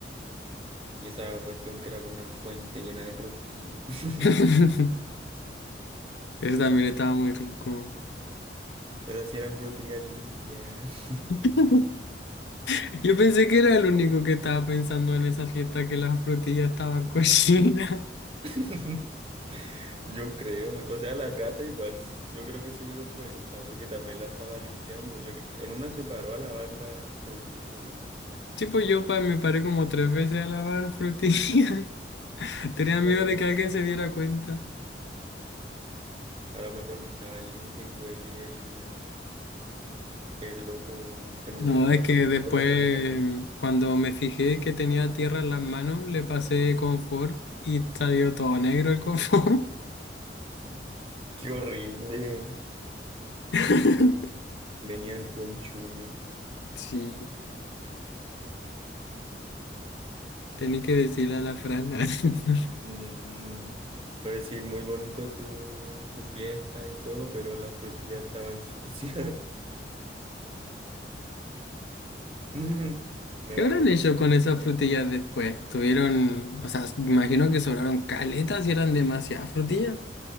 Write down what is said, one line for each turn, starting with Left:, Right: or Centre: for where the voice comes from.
Right: Y esa cuestión que era como una fuente llena de frutillas. <laughs>
Left: <laughs> Eso también estaba muy rico.
Right: Esas sí eran frutillas limpias.
Left: <laughs> Yo pensé que era el único que estaba pensando en esa fiesta que las frutillas estaban <laughs> cochinas.
Right: <laughs> Yo creo. O sea, la cata igual, s- yo creo que se dio cuenta, porque también la estaba limpiando. Yo, cre- en una se paró a lavar la frutilla.
Left: Tipo, yo pa- me paré como tres veces a lavar frutillas. <laughs> Tenía
Right: No
Left: miedo
Right: la comía.
Left: de que alguien se diera cuenta.
Right: A lo mejor si estaba limpia y tú eres el, el loco que no
Left: No,
Right: le gusta
Left: es que
Right: comer
Left: después,
Right: cosas en la limpia.
Left: cuando me fijé que tenía tierra en las manos, le pasé confort y salió todo negro el confort.
Right: ¡Qué horrible!
Left: <laughs>
Right: Venían con chuño.
Left: Sí, tenía que decirle a la Fran. <laughs>
Right: Mm, puedo decir, muy bonito tu, tu fiesta y todo, pero las frutillas estaban sucias. <laughs> Me
Left: ¿Qué
Right: va
Left: habrán
Right: a odiar.
Left: hecho con esas frutillas después? Tuvieron, o sea, imagino que sobraron caletas y eran demasiadas frutillas.